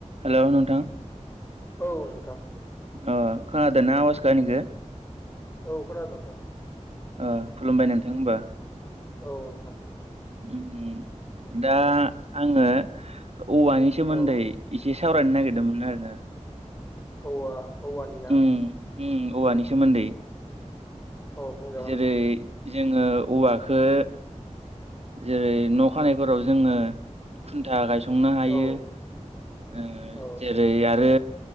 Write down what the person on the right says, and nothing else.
हेल' नोंथां।
ओ खोनादो ना आवासखो आंनिखो।
ओ खुलुमबाय नोंथां होमबा
उम दा आङो औवानि सोमोन्दै
एसे सावरायनो नागिरदोंमोन आरोना।
उम उम औवानि सोमोन्दै।
जेरै
जोङो औवाखो जेरै न' खानायफोराव जोङो खुन्था गाय संनो हायो
ओ
जेरै आरो